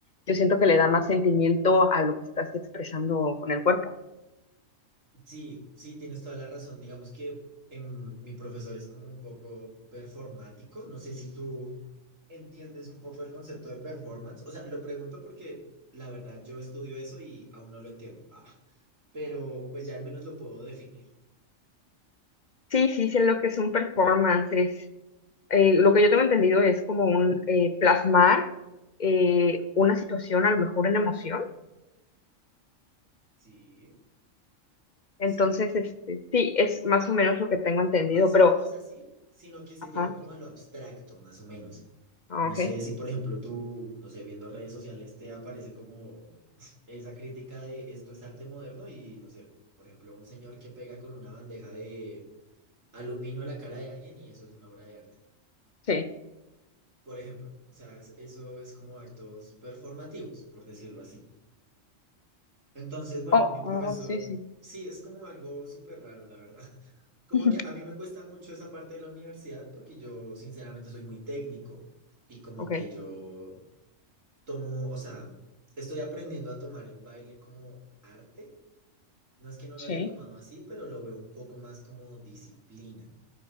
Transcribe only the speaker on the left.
yo siento que le da más sentimiento a lo que estás expresando con el cuerpo.
Sí, sí, sé lo que es un performance, es eh, lo que yo tengo entendido es como un eh, plasmar eh, una situación, a lo mejor en emoción.
Entonces,
este, sí, es más o menos lo que tengo entendido,
pero,
ajá,
ah,
ok,
Sí.
Oh,
oh, sí, sí.
<laughs>
ok.
Sí.